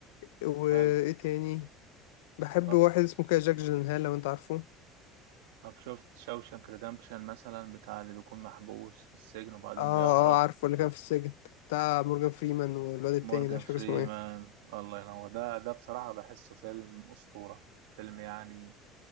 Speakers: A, on the left (about 85°); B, on the right (about 80°).
A: وايه
B: حلو
A: تاني بحب
B: طب
A: واحد اسمه كده جاك جيلنهال لو انت عارفه
B: طب شفت شوشانك ريدمبشن مثلا بتاع اللي بيكون محبوس في السجن وبعدين
A: اه
B: بيهرب
A: اه عارفه اللي كان في السجن بتاع مورجان فريمان والواد التاني
B: مورجان
A: ده مش
B: فريمان
A: فاكر اسمه ايه
B: الله ينور ده ده بصراحة بحسه فيلم أسطورة فيلم يعني